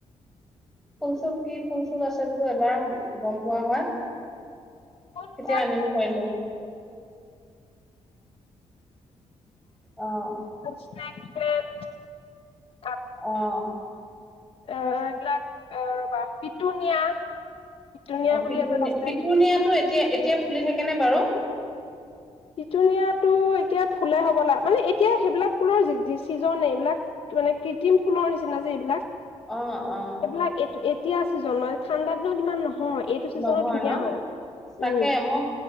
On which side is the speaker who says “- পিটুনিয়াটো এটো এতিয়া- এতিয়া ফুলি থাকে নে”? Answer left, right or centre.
Centre